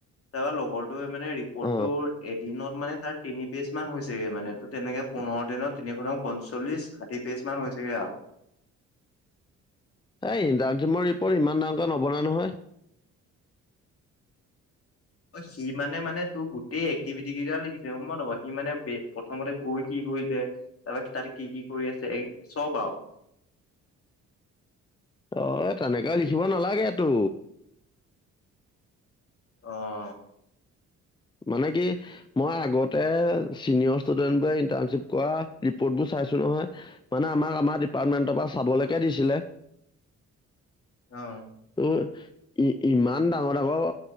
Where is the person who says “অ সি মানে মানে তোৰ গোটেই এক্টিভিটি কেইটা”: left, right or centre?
Left